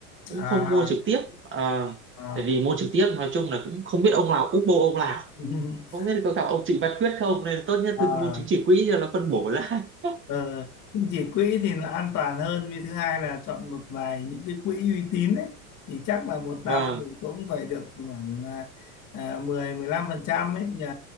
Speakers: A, on the right (about 25°); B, on the left (about 40°).
A: cũng
B: à
A: không mua trực tiếp. Ờ,
B: à
A: tại vì mua trực tiếp nói chung là cũng không biết ông nào úp bô ông nào,
B: <laughs>
A: không biết có gặp ông Trịnh Văn Quyết không nên tốt nhất
B: à,
A: thì cứ mua chứng chỉ quỹ cho nó phân bổ ra. <laughs>
B: ờ, nhưng chỉ quỹ thì là an toàn hơn vì thứ hai là chọn một vài những cái quỹ uy tín ấy thì chắc là một
A: Vâng,
B: năm thì cũng phải được khoảng à, à, 10 15 phần trăm ấy nhỉ